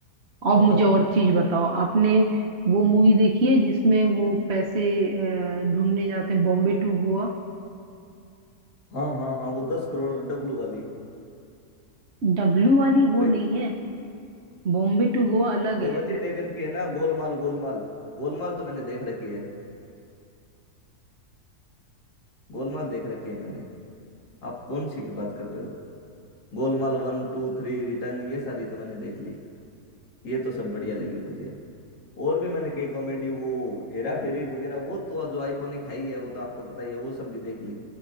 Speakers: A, on the right; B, on the left.
A: अब
B: बताओ
A: मुझे और
B: फिर
A: चीज बताओ आपने वो मूवी देखी है जिसमें वो पैसे अ, ढूंढने जाते हैं बॉम्बे टू गोवा
B: हाँ हाँ हाँ वो दस करोड़ डब्लू वाली
A: डब्लू वाली वो
B: वही
A: नहीं
B: तो
A: है बॉम्बे टू गोवा अलग
B: वो
A: है
B: अजय देवगन की है ना गोलमाल गोलमाल गोलमाल तो मैंने देख रखी है गोलमाल देख रखी है मैंने आप कौन सी की बात कर रहे हो Golmaal one two three return ये सारी तो मैंने देख ली ये तो सब बढ़िया लगी मुझे और भी मैंने कई कॉमेडी वो हेरा फेरी वगैरह वो तो जो आइकॉनिक है ही है वो तो आपको पता ही है वो सब भी देख ली